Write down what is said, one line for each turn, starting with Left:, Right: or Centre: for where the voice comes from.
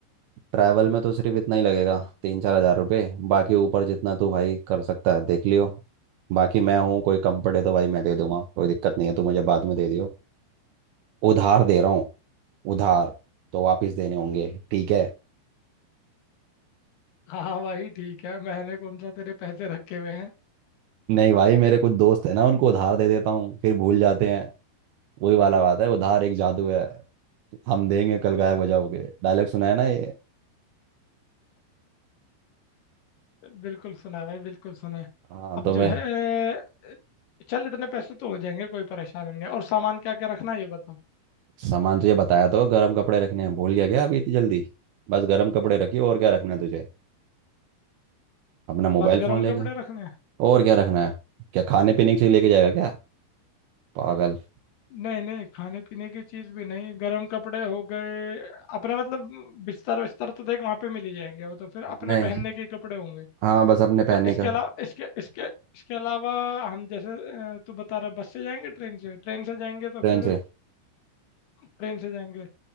Right: ट्रैवल में तो सिर्फ इतना ही लगेगा तीन चार हजार रुपये बाकी ऊपर जितना तू भाई कर सकता है देख लियो बाकी मैं हूँ कोई कंफर्ट है तो भाई मैं दे दूंगा कोई दिक्कत नहीं है तू मुझे बाद में दे दियो उधार दे रहा हूँ उधार तो वापस देने होंगे ठीक है
Left: हाँ हाँ भाई ठीक है मैंने कौन सा तेरे पैसे रखे हुए हैं
Right: नहीं भाई मेरे कुछ दोस्त है ना उनको उधार दे देता हूँ फिर भूल जाते हैं वही वाला बात है उधार एक जादू है हम देंगे कल गायब हो जाओगे डायलॉग सुना है ना ये
Left: बिल्कुल सुना है भाई बिल्कुल सुना है
Right: हाँ
Left: अब
Right: तो मैं
Left: जो है चल इतने पैसे तो हो जाएंगे कोई परेशानी नहीं है। और सामान क्या क्या रखना है ये बता
Right: सामान तुझे बताया तो गर्म कपड़े रखने हैं भूल गया क्या अभी इतनी जल्दी बस गर्म कपड़े रखियो और क्या रखना है तुझे अपना मोबाइल
Left: बस
Right: फ़ोन
Left: गर्म
Right: लेके
Left: कपड़े रखने हैं
Right: और क्या रखना है क्या खाने पीने की चीज़ लेके जाएगा क्या पागल
Left: नहीं नहीं खाने पीने की चीज भी नहीं गर्म कपड़े हो गए अपने मतलब बिस्तर विस्तर तो देख वहां पे मिल ही जाएंगे वो तो फिर अपने
Right: नहीं
Left: पहनने के कपड़े होंगे
Right: हाँ बस अपने पहनने
Left: और इसके
Right: का
Left: अलावा इसके इसके इसके अलावा हम जैसे अ, तू बता रहा बस से जाएंगे ट्रेन से ट्रेन से जाएंगे तो
Right: ट्रेन
Left: फिर
Right: से
Left: ट्रेन से जाएंगे